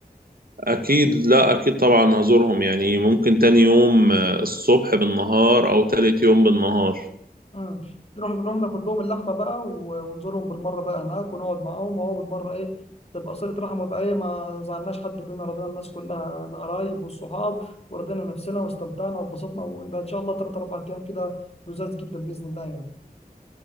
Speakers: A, on the right (about 65°); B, on the left (about 40°).
A: اكيد لا اكيد طبعا هزورهم يعني ممكن تاني يوم آه، الصبح بالنهار او تالت يوم بالنهار
B: مم. نروح نروح ناخد لهم اللحمه بقى و- ونزورهم بالمره بقى هناك ونقعد معاهم وهو بالمره ايه تبقى صله رحم ويبقى ايه ما زعلناش حد بينا رضينا الناس كلها القرايب والصحاب ورضينا نفسنا واستمتعنا واتبسطنا ويبقى ان شاء الله ثلاث اربع ايام كده لذاذ جدا باذن الله يعني